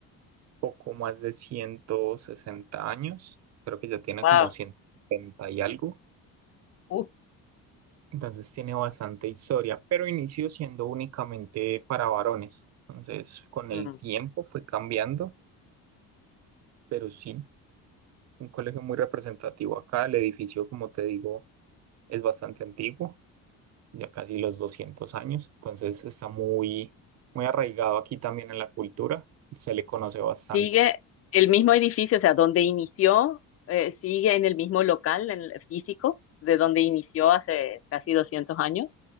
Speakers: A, on the right; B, on the left.
A: poco más de 160 años, creo que ya tiene
B: Wow,
A: como 170 y algo,
B: uf.
A: entonces tiene bastante historia, pero inició siendo únicamente para varones. Entonces con
B: mm.
A: el tiempo fue cambiando, pero sí, un colegio muy representativo acá, el edificio, como te digo, es bastante antiguo. ya casi los 200 años, entonces está muy, muy arraigado aquí también en la cultura, se le conoce bastante.
B: Sigue el mismo edificio, o sea, donde inició, eh, sigue en el mismo local, en el físico, de donde inició hace casi 200 años.